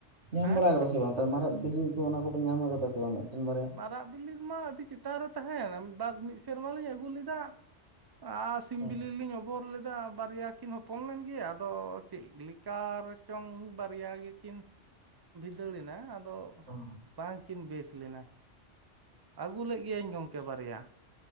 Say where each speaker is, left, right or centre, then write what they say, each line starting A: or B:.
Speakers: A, on the right; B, on the right.
A: ᱧᱟᱢ
B: ᱦᱮᱸ
A: ᱵᱟᱲᱟ ᱠᱟᱫᱟ ᱥᱮ ᱵᱟᱝ? ᱛᱚ ᱢᱟᱨᱟᱜ ᱵᱤᱞᱤ ᱠᱚ, ᱚᱱᱟ ᱠᱚᱫᱚ ᱧᱟᱢ ᱟᱠᱟᱫᱟ ᱥᱮ ᱵᱟᱝ ᱢᱤᱫᱴᱮᱱ ᱵᱟᱨᱭᱟ?
B: ᱢᱟᱨᱟᱜ ᱵᱤᱞᱤ ᱢᱟ ᱟᱹᱰᱤ ᱪᱮᱛᱟᱱ ᱨᱮ ᱛᱟᱦᱮᱱ, ᱵᱟᱨ ᱢᱤᱫ ᱥᱮᱨᱢᱟᱞᱤᱧ ᱟᱹᱜᱩ ᱞᱮᱫᱟ᱾ᱟᱨ ᱥᱤᱢ
A: ᱦᱳᱭ
B: ᱵᱤᱞᱤ ᱞᱤᱧ ᱚᱵᱚᱨ ᱞᱮᱫᱟ᱾ ᱵᱟᱨᱭᱟ ᱠᱤᱱ ᱦᱚᱯᱚᱱ ᱞᱮᱱ ᱜᱮᱭᱟ᱾ ᱟᱫᱚ ᱪᱮᱫ ᱞᱮᱠᱟ ᱨᱮᱪᱚᱝ ᱵᱟᱨᱭᱟ ᱜᱮᱠᱤᱱ ᱵᱷᱤᱫᱟᱹᱲᱮᱱᱟ ᱟᱫᱚ
A: ᱚ ᱚ
B: ᱵᱟᱝᱠᱤᱱ ᱵᱮᱥ ᱞᱮᱱᱟ᱾ ᱟᱹᱜᱩ ᱞᱮᱫ ᱜᱮᱭᱟᱹᱧ ᱜᱚᱝᱠᱮ᱾ ᱠᱮ ᱵᱟᱨᱭᱟ᱾